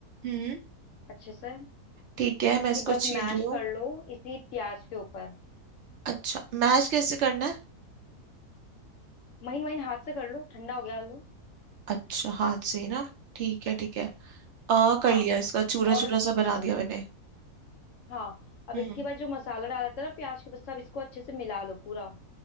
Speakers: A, on the right; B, on the left.
A: हम्म
B: अच्छे से
A: ठीक है
B: इसके
A: मैं इसको
B: बाद
A: छील
B: मैश
A: रही हूँ
B: कर लो इसी प्याज के ऊपर
A: अच्छा मैश कैसे करना है
B: महीन महीन हाथ से कर लो ठंडा हो गया आलू
A: अच्छा हाथ से ही ना ठीक है ठीक है आ कर
B: हाँ
A: लिया इसका चूरा
B: और
A: चूरा सा बना दिया मैंने
B: हाँ अब
A: हम्म
B: इसके बाद जो मसाला डाला था ना प्याज के ऊपर सब इसको अच्छे से मिला लो पूरा